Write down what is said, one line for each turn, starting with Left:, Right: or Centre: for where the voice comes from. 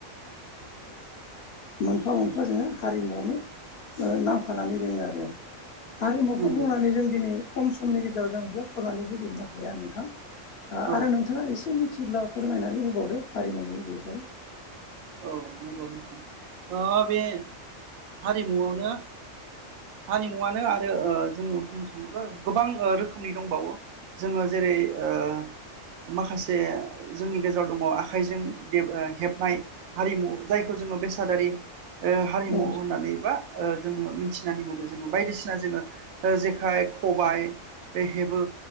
Left: मोनफा मोनफा जोंङो हारिमुआवनो नांफानानै दोंङो आरो आरो मुफु
Right: नंगौ
Left: बुंनानै जों दिनैयो खम समनि गेजेरावजों बख'नानै होजोबनो हाया नोंथां
Right: औ
Left: आरो नोंथांङा एसे मिथि जेब्ला फोरमायनानै होबावदो हारिमुनि बेबुं
Right: औ नंगौ नोंथां बे हारिमुआवनो हारिमुवनो आरो जोंङो बुंनो थांङोब्ला गोबां रोखोमनि दंबावो जोंङो जेरै ओ माखासे जोंनि गेजेराव दंङ आखाइजों हेबनाय हारिमु जायखौ जोंङो बेसादारि हारिमु
Left: औ
Right: होननानै बा ओ जोंङो मिथिनानै मोनो जोंङो बायदिसिना जोंङो जेखाइ खबाय बे हेबो